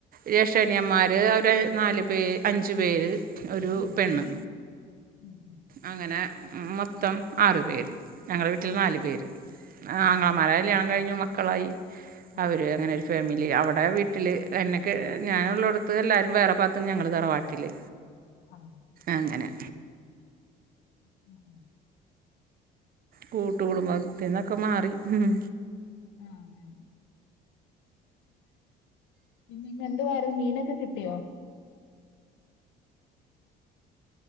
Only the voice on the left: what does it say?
ഉം
ഉം ഉം ഉം
മാറിത്തരാം
ആ ആ
ആ
അപ്പാ
ആ
ആഹ്.
<inaudible>
<inaudible> പിന്നെ ഇന്ന് എന്തുവാര് മീനൊക്കെ കിട്ടിയോ?